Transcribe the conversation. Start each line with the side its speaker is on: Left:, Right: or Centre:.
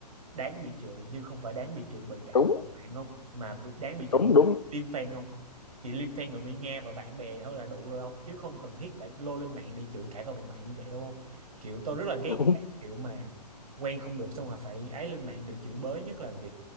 Right: đáng bị chửi nhưng không phải đáng bị chửi bởi cả
Left: Đúng,
Right: cộng đồng mạng không mà bị, đáng bị chửi
Left: đúng,
Right: bởi
Left: đúng,
Right: Liêm fan không chỉ Liêm fan là mi Nga và bạn bè thôi là đủ rồi không chứ không cần thiết phải lôi lên mạng để chửi cả cộng đồng mạng như vậy đâu không kiểu tôi rất là ghét
Left: đúng.
Right: cái kiểu mà quen không được xong rồi phải ấy lên mạng để chửi bới nhất là việc